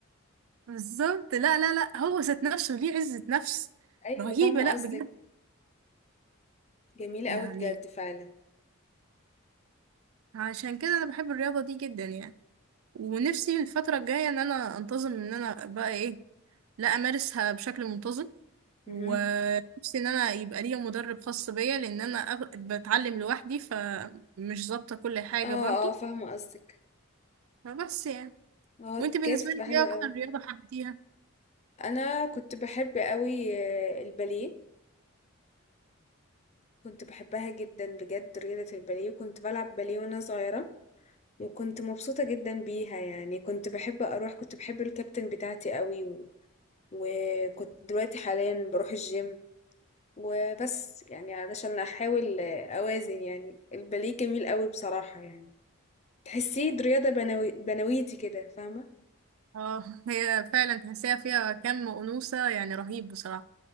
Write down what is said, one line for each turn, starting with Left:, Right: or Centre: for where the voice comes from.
Right: بالظبط لا لا لا هو ذات نفسه ليه عزة نفس
Left: ايوه
Right: رهيبة
Left: فاهمة
Right: لا
Left: قصدك
Right: بجد
Left: جميلة
Right: يعني
Left: قوي بجد فعلا
Right: عشان كده انا بحب الرياضة دي جدا يعني ونفسي الفترة الجاية ان انا انتظم ان انا بقى ايه لا امارسها بشكل منتظم
Left: مهم.
Right: ونفسي ان انا يبقى ليا مدرب خاص بيا لان انا أغ- بتعلم لوحدي فمش ظابطة كل حاجة
Left: اه
Right: برضو
Left: اه فاهمة قصدك
Right: فبس يعني
Left: اه
Right: وانت بالنسبة
Left: بجد تبقى
Right: لك
Left: حلوة
Right: ايه اكتر
Left: قوي
Right: رياضة حبيتيها؟
Left: انا كنت بحب قوي آه، الباليه كنت بحبها جدا بجد رياضة الباليه كنت بلعب باليه وانا صغيرة وكنت مبسوطة جدا بيها يعني كنت بحب اروح كنت بحب الكابتن بتاعتي قوي و... وكنت دلوقتي حاليا بروح الجيم وبس يعني علشان احاول آه، اوازن يعني الباليه جميل قوي بصراحة يعني تحسيه رياضة بنوي... بنويتي كده فاهمة
Right: اه هي فعلا تحسيها فيها كم أنوثة يعني رهيب بصراحة